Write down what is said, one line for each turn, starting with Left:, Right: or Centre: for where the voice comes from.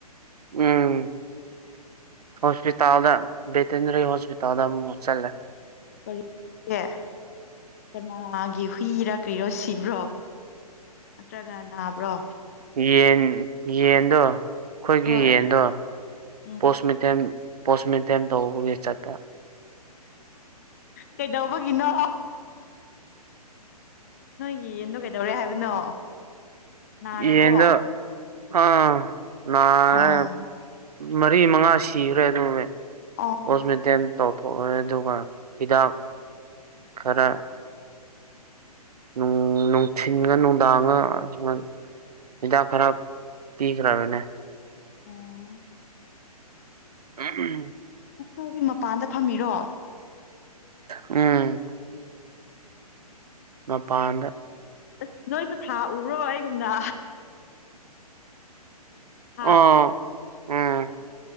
Right: ꯎꯝ ꯍꯣꯁꯄꯤꯇꯥꯜꯗ ꯕꯦꯇꯅꯔꯤ ꯍꯣꯁꯄꯤꯇꯥꯜꯗ ꯑꯃꯨꯛ ꯃꯨꯛ ꯆꯜꯂꯦ
Left: ꯀꯔꯤ ꯑꯦ ꯀꯅꯥꯒꯤ ꯍꯨꯏꯔꯥ ꯀꯩꯔꯣ ꯁꯤꯕ꯭ꯔꯣ ꯅꯠꯇ꯭ꯔꯒ ꯅꯥꯕ꯭ꯔꯣ
Right: ꯌꯦꯟ ꯌꯦꯟꯗꯣ ꯑꯩꯈꯣꯏꯒꯤ
Left: ꯍꯣꯏ
Right: ꯌꯦꯟꯗꯣ
Left: ꯎꯝ
Right: ꯄꯣꯁ ꯃꯦꯇꯦꯝ ꯄꯣꯁ ꯃꯦꯇꯦꯝ ꯇꯧꯕꯒꯤ ꯆꯠꯄ
Left: ꯀꯩꯗꯧꯕꯒꯤꯅꯣ ꯅꯣꯏꯒꯤ ꯌꯦꯟꯗꯣ ꯀꯩꯗꯧꯔꯦ ꯍꯥꯏꯕꯅꯣ ꯅꯥꯔꯕꯣ
Right: ꯌꯦꯟꯗꯣ ꯑ ꯅꯥꯔꯦ
Left: ꯑꯣ
Right: ꯃꯔꯤ ꯃꯉꯥ ꯁꯤꯈ꯭ꯔꯦ ꯑꯗꯨꯅꯦ
Left: ꯑꯣ
Right: ꯄꯣꯁꯃꯦꯇꯦꯝ ꯇꯧꯊꯣꯛꯑꯦ ꯑꯗꯨꯒ ꯍꯤꯗꯥꯛ ꯈꯔ ꯅꯨꯡ ꯅꯨꯡꯊꯤꯟꯒ ꯅꯨꯡꯗꯥꯡꯉ ꯁꯨꯃꯥꯏ ꯍꯤꯗꯥꯛ ꯈꯔ ꯄꯤꯈ꯭ꯔꯕꯅꯦ
Left: ꯑꯣ
Right: <unintelligible>
Left: ꯅꯪꯁꯨ ꯍꯧꯖꯤꯛ ꯃꯄꯥꯟꯗ ꯐꯝꯃꯤꯔꯣ
Right: ꯎꯝ ꯃꯄꯥꯟꯗ
Left: ꯑꯁ ꯅꯣꯏꯁꯨ ꯊꯥ ꯎꯕ꯭ꯔꯣ ꯑꯩꯒꯨꯝꯅ ꯍꯥꯥ
Right: ꯑꯣ ꯎꯝ